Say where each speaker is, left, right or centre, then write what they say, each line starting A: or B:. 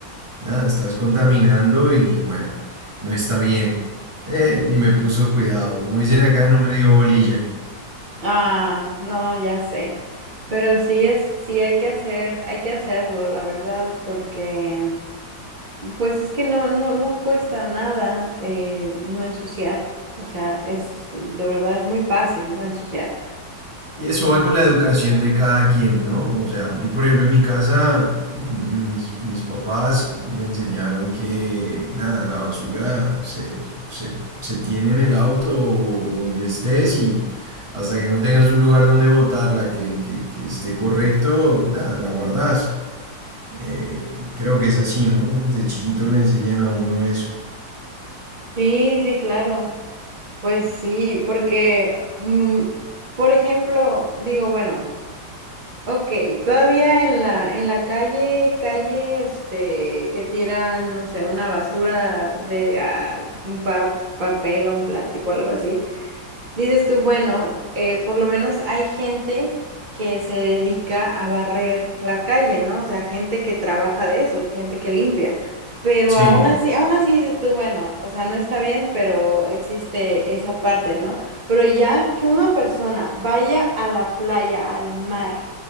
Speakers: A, on the right; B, on the right.
A: nada, estás contaminando y bueno, no está bien. Eh, ni me puso cuidado. Como dicen acá, no me dio bolilla.
B: Ah, no, ya sé. Pero sí es, sí hay que hacer, hay que hacerlo, la verdad, porque pues es que no, no, no cuesta nada eh, no ensuciar. O sea, es, de verdad es muy fácil no ensuciar.
A: Y eso va con la educación de cada quien, ¿no? O sea, a mí, por ejemplo, en mi casa, mis, mis papás me enseñaron que, nada, la basura se, se, se tiene en el auto o donde estés y hasta que no tengas un lugar donde botarla que, que, que esté correcto, nada, la guardas. Eh, creo que es así, ¿no? Desde chiquito le enseñan a uno eso.
B: Sí, sí, claro. Pues sí, porque, mm, por ejemplo, digo, bueno. Ok, todavía en la, en la calle, calle, este, que tiran, no sé, una basura de ah, un pa- papel o un plástico, algo así. Dices tú, bueno, eh, por lo menos hay gente que se dedica a barrer la calle, ¿no? O sea, gente que trabaja de eso, gente que limpia. Pero
A: Sí,
B: aún así, aún así dices tú, bueno, o sea, no está bien, pero existe esa parte, ¿no? Pero ya que una persona vaya a la playa, al mar